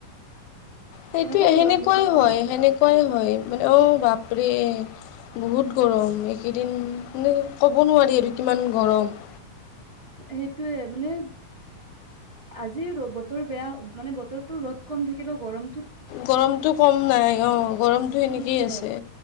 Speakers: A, on the left; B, on the right.
A: সেইটোৱে
B: কেনেকুৱা গৰম
A: সেনেকুৱাই
B: দিছে ন
A: হয় সেনেকুৱাই হয় মানে অঁ বাপৰে। বহুত গৰম এইকেইদিন মানে ক'ব নোৱাৰি আৰু কিমান গৰম।
B: সেইটোৱে মানে। আজি বতৰ বেয়া মানে বতৰটো ৰ'দ কম থাকিলেও গৰম।
A: গৰমটো কম নাই অঁ গৰমটো সেনেকেই
B: সেইটোয়ে
A: আছে।